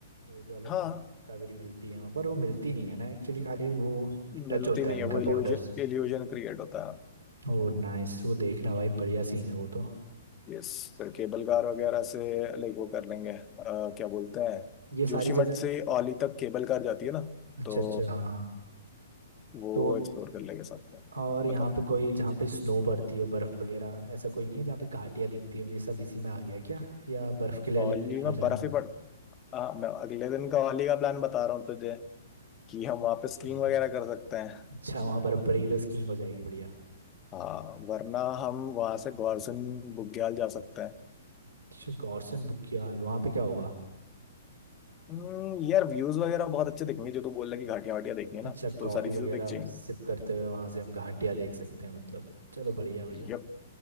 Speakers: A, on the right (about 80°); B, on the left (about 25°).
A: वो जो अलकनंदा
B: हाँ
A: कावेरी मिलती है वहाँ पर वो मिलती नहीं है ना एक्चुअली खाली वो
B: मिलती
A: टच होता
B: नहीं
A: है उनका
B: है वो इल्यूजन
A: बॉर्डर्स
B: इल्यूजन क्रिएट होता है
A: ओ नाइस वो देखना भाई बढ़िया सीन है वो तो
B: यस फिर केबल कार वगैरह से लाइक वो कर लेंगे अ, क्या बोलते हैं
A: ये सारी
B: जोशीमठ
A: जगह
B: से औली तक केबल कार जाती है ना
A: अच्छा
B: तो
A: अच्छा हाँ
B: वो
A: तो
B: एक्सप्लोर कर लेंगे साथ में
A: और यहाँ
B: बताओ
A: पे कोई जहाँ पे स्नो पड़ती हो बर्फ वगैरह ऐसा कोई नहीं है जहाँ पे घाटियाँ दिखती हो ये सब इसी में आ गया क्या या बर्फ के लिए अलग
B: औली
A: कहीं
B: में
A: और जाना
B: बर्फ ही पड़ हाँ मैं अगले दिन का औली का प्लान बता रहा हूँ तुझे कि हम वहाँ पे
A: अच्छा
B: स्कीइंग वगैरह कर सकते हैं
A: अच्छा वहाँ बर्फ पड़ेगी तो स्कीइंग हो जाएगी बढ़िया
B: हाँ वरना हम वहाँ से गौरसन बुग्याल जा सकते हैं
A: अच्छा गॉर्सन बुग्याल वहाँ पे क्या होगा
B: हम्म, यार व्यूज वगैरह बहुत अच्छे दिखेंगे जो तू बोल रहा है कि घाटियां वाटियां देखनी है
A: अच्छा
B: ना तो
A: कॉफी
B: सारी चीजें
A: वगैरह
B: दिख जाएंगी
A: सिप करते हुए वहां से हम घाटियां देख सकते हैं मतलब चलो बढ़िया बढ़िया
B: यप